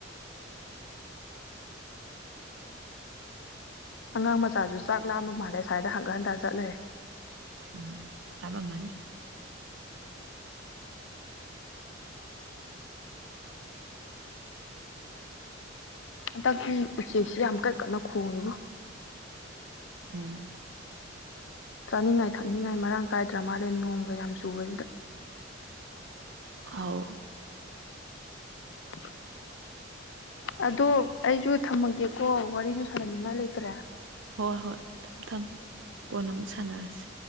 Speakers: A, on the left; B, on the right.
A: ꯑꯉꯥꯡ ꯃꯆꯥꯁꯨ ꯆꯥꯛ ꯂꯥꯃ ꯃꯥꯜꯂꯦ ꯁ꯭ꯥꯏꯏꯗ ꯍꯪꯒꯠ ꯍꯟꯗ ꯆꯠꯂꯦ
B: ꯎꯝ ꯂꯥꯞꯂꯝꯃꯅꯤ
A: ꯍꯟꯗꯛꯇꯤ ꯎꯆꯦꯛꯁꯤ ꯀ ꯀꯟꯅ ꯈꯣꯡꯉꯤꯗꯨꯕꯨ
B: ꯎꯝ
A: ꯆꯥꯅꯤꯉꯥꯏ ꯊꯛꯅꯤꯉꯥꯏ ꯃꯔꯥꯡ ꯀꯥꯏꯗ꯭ꯔ ꯃꯥꯜꯂꯦ ꯅꯣꯡꯒ ꯌꯥꯝ ꯆꯨꯕꯁꯤꯗ
B: ꯍꯥꯎ
A: <unintelligible> ꯑꯗꯣ ꯑꯩꯁꯨ ꯊꯝꯃꯒꯦꯀꯣ ꯋꯥꯔꯤꯁꯨ ꯁꯥꯟꯅꯅꯤꯡꯉꯥꯏ ꯂꯩꯇ꯭ꯔꯦ
B: ꯍꯣꯏ ꯍꯣꯏ ꯊꯝ ꯊꯝ ꯀꯣꯟꯅ ꯑꯃꯨꯛ ꯁꯥꯟꯅꯔꯁꯤ